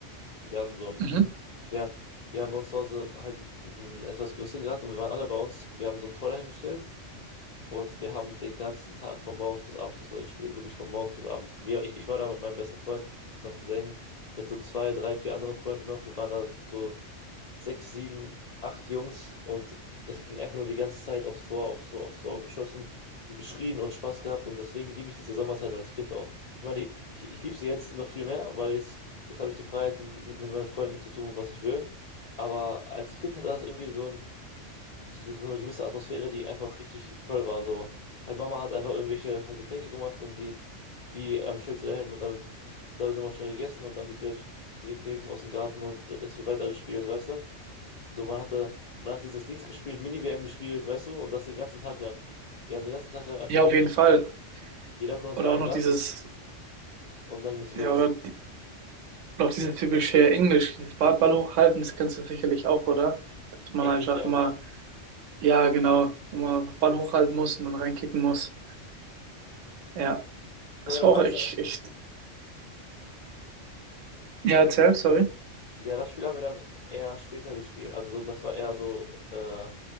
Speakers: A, on the left; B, on the right.
A: und wir hatten so ein
B: Mhm.
A: Ja, wir haben bei uns zu Hause halt einen, einen etwas größeren Garten und wir waren alle bei uns. Wir haben so ein Tor dahingestellt und wir haben den ganzen Tag von morgens bis abends Fußball gespielt, wirklich von morgens bis abends. Wir, ich, ich war da mit meinem besten Freund, meinem Cousin, mit so zwei, drei, vier anderen Freunden noch. Wir waren da so sechs, sieben, acht Jungs und es ging einfach nur die ganze Zeit aufs Tor, aufs Tor, aufs Tor und geschossen und geschrien und Spaß gehabt und deswegen liebe ich diese Sommerzeit als Kind auch. Ich meine, ich, ich liebe sie jetzt noch viel mehr, weil jetzt, jetzt habe ich die Freiheit, mit, mit meinen Freunden zu tun, was ich will. Aber als Kind hat das irgendwie so ein so so eine gewisse Atmosphäre, die einfach richtig toll war. So, halt Mama hat einfach irgendwelche halt Getränke gemacht und die, die ähm, stellt sie dahin und damit, damit nochmal schnell gegessen und dann geht's wieder direkt, direkt raus in den Garten und es wird weitergespielt, weißt du? So, man hatte, man hat dieses Dings gespielt, mini W M gespielt, weißt du, und das den ganzen Tag lang. Wir haben den ganzen Tag lang einfach
B: Ja,
A: nur mini
B: auf jeden
A: W M
B: Fall.
A: gespielt. Jeder von uns
B: Oder
A: war ein
B: auch noch
A: Land
B: dieses,
A: und dann ging's los.
B: ja, oder Und auch dieses typische Englisch, dieses Ball, Ball hochhalten, das kennst du sicherlich auch, oder? Dass man
A: Englisch,
B: einfach
A: ja,
B: immer,
A: genau.
B: ja, genau, wo man einfach Ball hochhalten muss und dann reinkicken muss. Ja,
A: Das
B: das
A: haben wir dann
B: war
A: meistens.
B: auch echt, echt, ja, erzähl, sorry.
A: Ja, das Spiel haben wir dann eher später gespielt. Also so, das war eher so, äh,